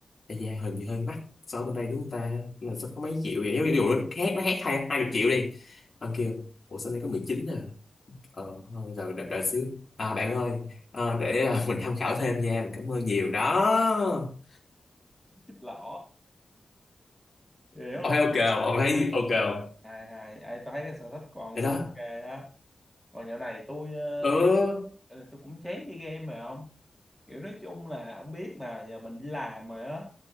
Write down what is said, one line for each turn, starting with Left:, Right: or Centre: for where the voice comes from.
Left: Ây da hình thì hơi mắc so với bên đây đúng không ta là sao có mấy triệu vậy ví dụ nó khác nó khác hai hai chục triệu đi ông kêu ủa sao đây có 19 à Ờ, không rồi đã, đã xíu à, bạn ơi à, để à, <laughs> mình tham khảo thêm nha mình cảm ơn nhiều đó
Centre: chích lỏ hiểu không
Left: ok ok không? ông thấy ok không
Centre: hay hay Ê, tôi thấy cái sở thích của ông
Left: Vậy
Centre: cũng
Left: đó
Centre: ok á còn dạo này tôi ờ,
Left: ừ
Centre: dạo này tôi cũng chán chơi game rồi không kiểu nói chung là ông biết mà giờ mình đi làm rồi á